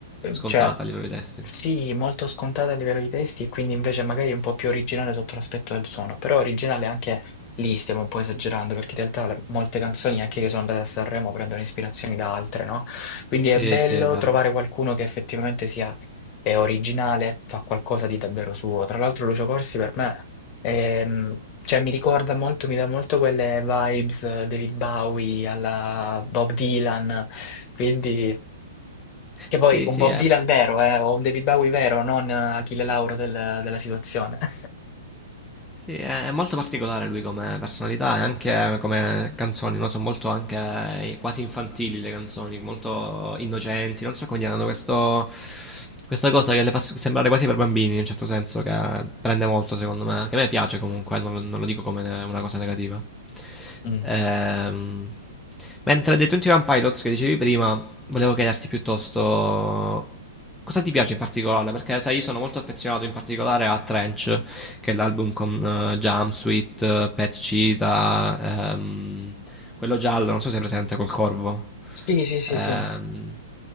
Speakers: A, in the centre; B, on the left.
A: scontata
B: cioè
A: a livello di testi.
B: sì, molto scontata a livello di testi e quindi invece magari un po' più originale sotto l'aspetto del suono, però originale anche lì stiamo un po' esagerando perché in realtà le- molte canzoni anche che sono andate a Sanremo prendono ispirazioni da altre, no? Quindi
A: Sì,
B: è bello
A: sì, è vero.
B: trovare qualcuno che effettivamente sia è originale, fa qualcosa di davvero suo. Tra l'altro Lucio Corsi per me ehm, cioè, mi ricorda molto, mi dà molto quelle vibes eh, David Bowie alla Bob Dylan, quindi, che poi
A: Sì,
B: un
A: sì,
B: Bob
A: è-
B: Dylan vero, eh, o un David Bowie vero, non eh, Achille Lauro del- della situazione. <laughs>
A: Sì, è molto particolare lui come personalità e anche come canzoni, no? Sono molto anche eh, quasi infantili le canzoni, molto innocenti, non so come dire, hanno questo, questa cosa che le fa sembrare quasi per bambini in un certo senso, che prende molto secondo me, che a me piace comunque, non, lo non lo dico come una cosa negativa.
B: Mm.
A: Ehm, mentre dei 21 Pilots che dicevi prima, volevo chiederti piuttosto cosa ti piace in particolare, perché sai, io sono molto affezionato in particolare a Trench che è l'album con eh, Jumpsuit, eh, Pet Cheetah, ehm, quello giallo, non so se è presente col corvo,
B: Sì, sì, sì,
A: ehm,
B: sì.